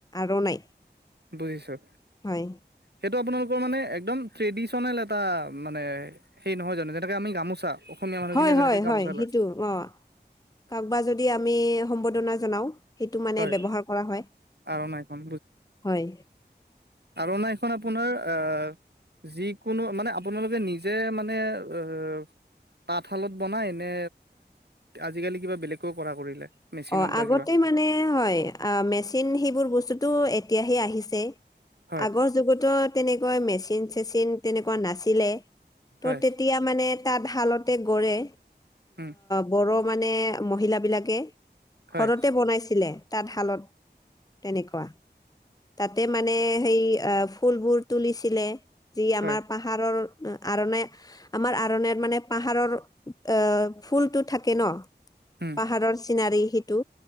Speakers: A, on the left; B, on the right.
A: আৰনাই
B: বুজিছোঁ
A: হয়
B: সেইটো আপোনালোকৰ মানে একদম ট্ৰেডিশনেল এটা মানে সেই নহয় জানো যেনেকে আমি গামোচা অসমীয়া মানুহখিনিয়ে
A: হয়
B: যেনেকে
A: হয়
B: গামোচা
A: হয়
B: লয়
A: সেইটো অ কাকবা যদি আমি সম্বৰ্ধনা জনাও সেইটো মানে
B: হয়
A: ব্যৱহাৰ কৰা হয়
B: আৰনাইখন
A: হয়
B: আৰনা এখন আপোনাৰ এ যিকোনো মানে <unintelligible> আপোনালোকে নিজে মানে এ- তাঁতশালত বনাই নে আজিকালি কিবা বেলেগকেও কৰা কৰিলে মেচিনত
A: অ
B: বা
A: আগতে
B: কিবা
A: মানে হয় মেচিন সেইবোৰ বস্তুটো এতিয়াহে আহিছে
B: হয়
A: আগৰ যুগতো তেনেকৈ মেচিন চেচিন তেনেকুৱা নাছিলে ত'
B: হয়
A: তেতিয়া মানে তাঁত শালতে গ়ঢ়ে
B: উম
A: বড় মানে মহিলাবিলাকে
B: হয়
A: ঘৰতে বনাইছিলে তাঁত শালত তেনেকুৱা তাতে মানে সেই আ ফুলবোৰ তুলিছিলে যি আমাৰ
B: হয়
A: প <unintelligible> পাহাৰৰ আৰনে আমাৰ আৰনে মানে পাহাৰৰ এ ফুলটো থাকে ন
B: উম
A: পাহাৰৰ চিনাৰী সেইটো